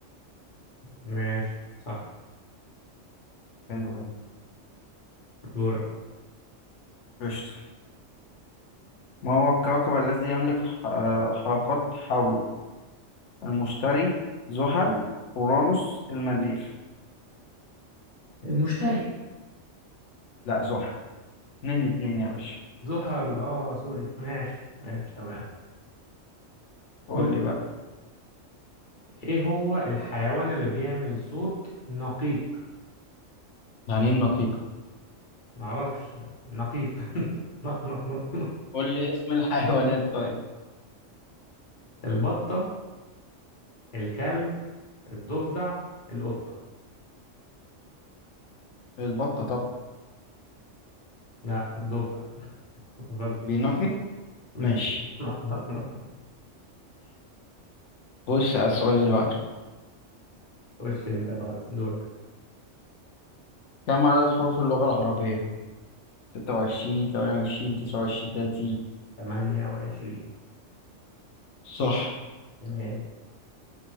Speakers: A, on the left; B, on the left.
A: ماشي صح
B: حلو ده
A: دورك
B: قشطة ما هو الكوكب الذي يملك ح- آه حلقات حوله المشتري زحل أورانوس المريخ
A: المشتري
B: لا زحل اتنين اتنين يا باشا
A: زحل اه سوري ماشي ماشي تمام
B: قول
A: دورك
B: لي بقى
A: ايه هو الحيوان اللي بيعمل صوت نقيق
B: يعني ايه النقيقة
A: معرفش نقيق <laughs> نق نق نق نق.
B: قول لي اسم الحيوانات طيب
A: البطة الكلب الضفدع القطة
B: البطة طبعا
A: لا الضفدع غلط
B: بينحنى
A: <laughs>
B: ماشي
A: نق نق نق
B: خش على السؤال اللي بعده
A: خش انت بعد دورك
B: كم عدد حروف اللغة العربية؟ 26 28 29 30
A: 28
B: صح
A: تمام